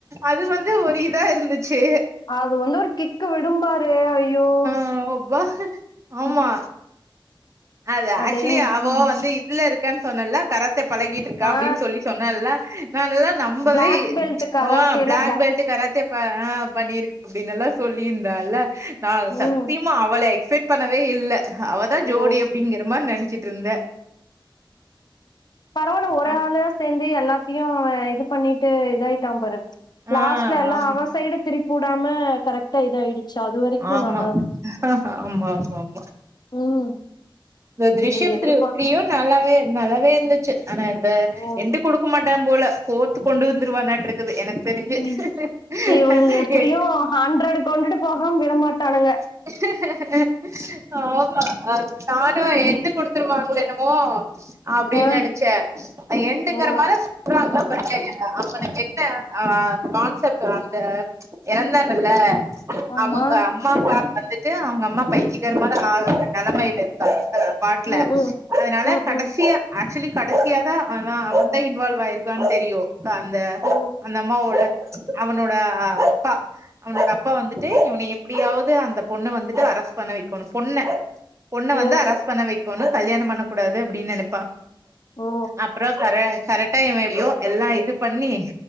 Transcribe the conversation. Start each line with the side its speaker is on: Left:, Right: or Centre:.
Right: அது வந்து ஒரு இதா இருந்துச்சு
Left: அது வந்து ஒரு கிக்கு விடும்பாரு ஐயோ
Right: ஆமப்பா ஆமா
Left: ம்
Right: அது
Left: அடேங்கப்பா
Right: ஆக்சுவலி அவ வந்து உள்ள இருக்கன் சொன்னன்ல்ல கராத்தே பழகிட்டு இருக்கா
Left: ஆ
Right: அப்டின் சொல்லி சொன்னன்ல்ல நால்லா நம்பவே
Left: பிளாக் பெல்ட் கராத்தேல
Right: ஓ பிளாக் பெல்ட் கராத்தே இப்ப ஆ பண்ணிருக்க அப்படின்னு எல்லாம் சொல்லியிருந்தால்ல நா சத்தியம்
Left: ம்
Right: மா அவள எக்ஸ்பெக்ட் பண்ணவே இல்ல அவாதா
Left: ஓ
Right: ஜோடி அப்படிங்கிற மாரி நெனச்சிட்டு இருந்த
Left: பரவாயில்ல ஒரு
Right: ஆ
Left: ஆளா சேந்து எல்லாத்தையும் இது பண்ணிட்டு இதாயிட்டான் பாரு
Right: ஆமா
Left: லாஸ்ட்ல எல்லாம் அவன் சைடு திருப்பி வுடாம கரெக்ட்டா இதாயிடுச்சு அது வரைக்கு
Right: ஆமா
Left: நல்லா இருந்துச்சு
Right: ஆமா ஆமா ஆமா
Left: ம்
Right: இந்த த்ரிஷயம்
Left: இவ எதிர்பாக்க
Right: த்ரீ த்ரீயும் நல்லாவே நல்லாவே இருந்துச்சு ஆனா இந்த
Left: ஓ
Right: எண்டு குடுக் குடுக்கமாட்டான் போல ஃபோர்து கொண்டு வந்துருவானாட்டு இருக்குது எனக்கு தெரிஞ்சு
Left: ம் இவனுங்க எப்படியும் ஹண்ட்ரடு கொண்டுட்டு போகாம விடமாட்டானுங்க
Right: <unintelligible> ஆமா அது தானா என்ட் குடுத்துருவாங்களோ என்னமோ அப்டின்
Left: ஆ
Right: நெனைச்ச எண்டுங்குற
Left: ஓ
Right: மார அவுங்களுக்கு என்ன அ கான்செப்ட் அந்த எறந்தாங்கல்ல
Left: ஆமா
Right: அவுங்க அம்மா அப்பா வந்துட்டு அவுங்க அம்மா அப்பா இட்லி கடை போட்ற நிலைமையில இருக்காங்க பாட்டுல
Left: ம் ம்
Right: அதனால
Left: ம்
Right: கடைசியா
Left: ம்
Right: ஆக்சுவலி கடைசியாதான் ஆனா அவன் தான் இன்வால்வ் ஆயிருக்கான்னு தெரியும் காந்த
Left: ஓ
Right: அந்த அம்மாவோட அவனோட அப்பா அவனோட அப்பா வந்துட்டு இவன எப்படியாவது அந்த பொண்ண வந்துட்டு அரசு பண்ண வைக்கணும் பொண்ண பொண்ண
Left: ஓ
Right: வந்து அரஸ் பண்ண வைக்கணும் கல்யாணம் பண்ணக் கூடாது அப்படின்னு நெனைப்பா
Left: ஓ
Right: அப்புறம் கர கரெக்டா இவன் எப்படியோ எல்லாம் இது பண்ணி